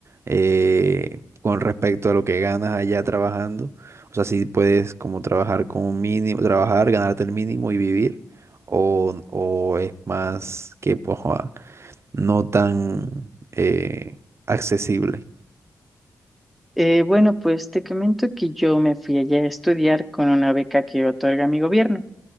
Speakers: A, on the right; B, in the centre.
A: eh, con respecto a lo que ganas allá trabajando? O sea, si puedes como trabajar con un mínimo, trabajar, ganarte el mínimo y vivir, o, o es más que pues, ah, no tan eh, accesible.
B: Eh, bueno, pues te comento que yo me fui allá a estudiar con una beca que otorga mi gobierno.